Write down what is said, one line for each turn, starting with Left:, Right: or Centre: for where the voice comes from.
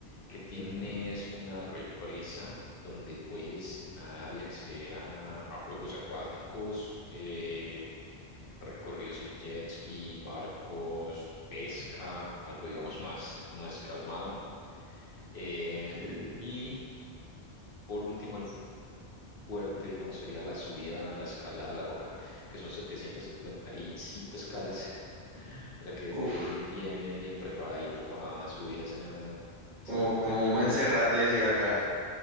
Left: que tienes
Right: Ujú,
Left: una represa donde puedes nadar y acceder a, a juegos acuáticos, eh, recorridos en jet ski, barcos, pesca, algo digamos <laughs> más, más calmado. Em,
Right: ok.
Left: y por último, el fu- fuerte, digamos, sería la subida, la escalada a la roca, que son 755 escalas. <laughs> O sea que debes
Right: Uf,
Left: de ir bien, bien preparadito para subir esa,
Right: como,
Left: esa montaña.
Right: como un Monserrate decir acá.